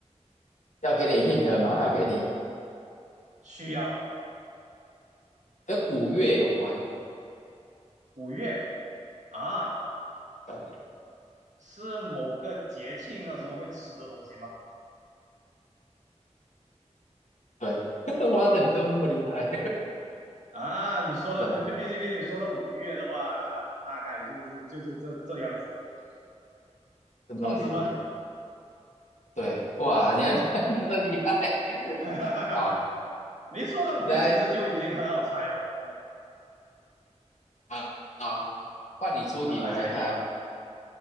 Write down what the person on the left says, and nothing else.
要给你 hint 嘛，要给你
跟五月有关，
对
对，<laughs> 哇塞，你怎么那么厉害？
什么
什么东西？
对，哇，你还 <laughs> 真的厉害，
好，
你再
啊啊，好换你出题，
我来猜，